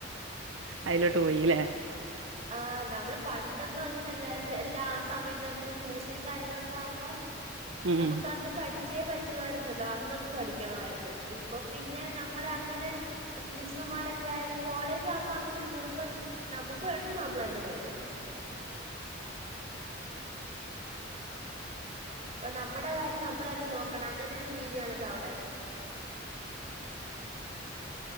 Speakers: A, on the right; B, on the right.
A: അതിലോട്ട് പോയില്ലേ
B: ആ ആ നമ്മള് പണ്ടൊന്നും അങ്ങനെ അല്ലായിരുന്നു എല്ലാ ആ സമയം തന്നെ ട്യൂഷനും കാര്യങ്ങളൊക്കെ ആവുമ്പോ
A: ഉം
B: നമുക്ക് അന്ന് പഠി ച്ചേ പറ്റുവായിരുന്നല്ലോ അന്നന്ന് പഠിക്കണവായിരുന്നു ഇപ്പൊ പിന്നെ നമ്മള് അങ്ങനെ മിസ്സുമാരൊക്കെ ആയാലും കോളേജ് ആകുമ്പോ അങ്ങനെ നിർബന്ധി നമുക്ക് വേണ്ടത് നമ്മള് തന്നെ പഠിക്കണം ഇപ്പൊ നമ്മടെ കാര്യം നമ്മള് തന്നെ നോക്കണം അങ്ങനെ ഒരു രീതിയാണല്ലോ അവിടെ